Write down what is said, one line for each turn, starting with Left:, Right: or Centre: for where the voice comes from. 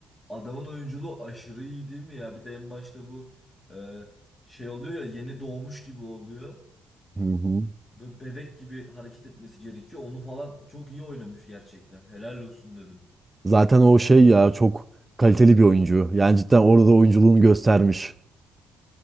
Left: adamın oyunculuğu aşırı iyi değil mi ya? Bir de en başta bu e, şey oluyor ya yeni doğmuş gibi oluyor.
Right: Hı hı.
Left: Böyle bebek gibi hareket etmesi gerekiyor. Onu falan çok iyi oynamış gerçekten. Helal olsun dedim.
Right: Zaten o şey ya çok kaliteli bir oyuncu. Yani cidden orada da oyunculuğunu göstermiş.